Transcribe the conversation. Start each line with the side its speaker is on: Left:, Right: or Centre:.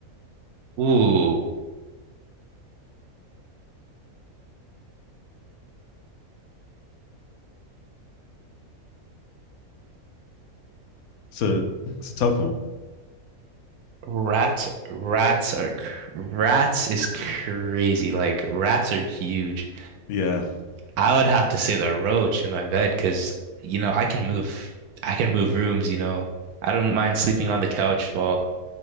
Right: Ooh.
Left: It's a it's a tough one.
Right: Rats, rats are cr- rats is crazy. Like rats are huge.
Left: Yeah.
Right: I would have to say the roach in my bed because you know I can move. I can move rooms. You know I don't mind sleeping on the couch while